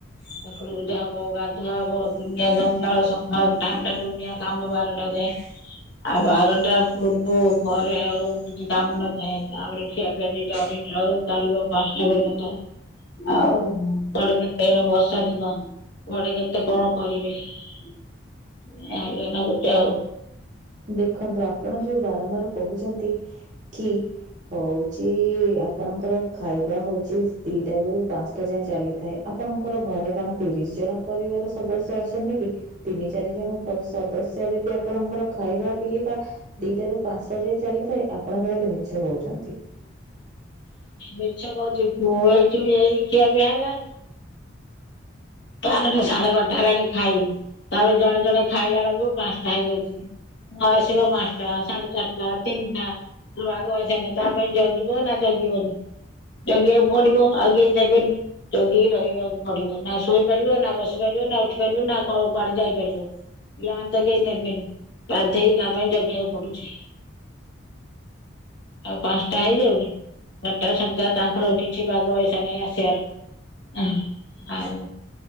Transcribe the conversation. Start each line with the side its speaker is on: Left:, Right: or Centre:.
Left: ଠାକୁର ପୂଜା ହବ ଗାଧୁଆ ହବ ଦୁନିଆ ଜଞ୍ଜାଳ ସକାଳ ଟାଇମ୍ ଟା ଦୁନିଆ କାମ ବାରଟା ଯାଏଁ। ଆଉ ବାରଟା ପୂର୍ବୁ ପରେ ଆଉ କିଛି କାମ ନଥାଏ ତାପରେ ଖିଆ ପିଆ ଦିଟା ଅଢେ଼ଇଟା ହବ ଚାଲିବ ପାଞ୍ଚଟା ପର୍ଯ୍ୟନ୍ତ। ଆଉ କୁଆଡ଼େ କେତେ ଏଣେ ବର୍ଷା ଦିନ କୁଆଡେ କେତେ କଣ କରିବେ ଏ ହାଲିଆ ଲାଗୁଛି ଆଉ।
Right: ଦେଖନ୍ତୁ ଆପଣ ଯୋଉ ବାରମ୍ବାର କହୁଛନ୍ତି କି ହଉଛି ଆପଣଙ୍କର ଖାଇବା ହଉଛି ଦିଟା ବେଳୁ ପାଞ୍ଚଟା ଯାଏଁ ଚାଲିଥାଏ ଆପଣଙ୍କର ଘରେ କଣ ତିରିଶ ଜଣ ପରିବାର ସଦସ୍ୟ ଅଛନ୍ତି କି? ତିନି ଚାରି ଜଣ ତ ସଦସ୍ୟ ରେ ବି ଆପଣଙ୍କର ଖାଇବା ପିଇବା ଦିଟା ରୁ ପାଞ୍ଚଟା ଯାଏ ଚାଲିଥାଏ ଆପଣ ତାହେଲେ ମିଛ କହୁଛନ୍ତି।
Left: ମିଛ କହୁଛି ମୁଁ ଆକ୍ଚୁଲି ଏଇ ଖିଆ ପିଆ ହେଲା ବାରେଟା ସାଢେ ବାରଟା ହେଲାଣି ଖାଇଲୁ ତାପରେ ଜଣେ ଜଣେ ଖାଇଲା ବେଳକୁ ପାଞ୍ଚଟା ହେଇଯାଇଛି। ପୁଅ ଆସିବ ପାଞ୍ଚଟା ସାଢେ ଚାରିଟା ତିନିଟା ପୁଅର ବାଗ ବାଇଶ ନାହିଁ ତା ପାଇଁ ଜଗିବ ନାଁ ଜଗିବନି? ଜଗିବାକୁ ପଡିବ ଆଉ କେହି ଦେବେନି ଜଗିକି ରହିବାକୁ ପଡିବ ନା ଶୋ ଶୋଇପାରିବ ନାଁ ବସିପାରିବ ନାଁ ଉଠିପାରିବ ନାଁ କ କୁଆଡେ ଯାଇପାରିବ। ପିଲା ମାନେ ତ କେହି ଦେବେନି ଗାଧେଇ ତା ପାଇଁ ଜଗିବାକୁ ପଡୁଛି। <inaudible> ଆଉ ପାଞ୍ଚଟା ହେଇଯାଉନି ଚାରିଟା ସାଢେ ଚାରିଟା ତାଙ୍କର କିଛି ବାଗ ବାଇସ ନାହିଁ ଆସିବାର। ହଁ ଆଉ